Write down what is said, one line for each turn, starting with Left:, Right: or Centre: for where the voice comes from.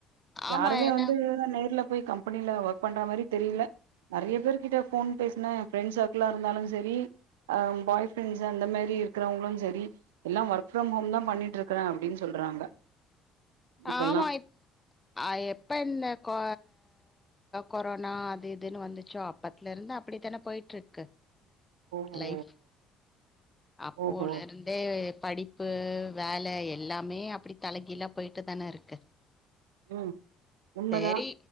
Right: யாருமே
Left: ஆமா என்ன
Right: வந்து இதுதா நேர்ல போயி கம்பெனில ஒர்க் பண்ற மாரி தெரில நெறைய பேர் கிட்ட போன் பேசுன எ ஃப்ரெண்ட் சர்க்லா இருந்தாலு சரி அ பாய் ஃப்ரெண்ட்ஸ் அந்த மாரி இருக் றவ்ங்ளும் சரி எல்லா ஒர்க் ஃபிரம் ஹோம் தா பண்ணிட்டு இருக்றே அப்டின் சொல்றாங்க இப்பல்லா
Left: ஆமா இப் அ எப்ப இந்த கொ கொரோனா அது இதுனு வந்துச்சோ அப் அப்பத்துல இருந்து அப்டித்தானே போயிட்ருக்கு
Right: ஓஹோ
Left: லைஃப் அப்போலருந்
Right: ஓஹோ
Left: ந்தே படிப்பு, வேல எல்லாமே அப்டி தலகிழா போயிட்டு தான இருக்கு
Right: ம் உண்மதா
Left: சேரி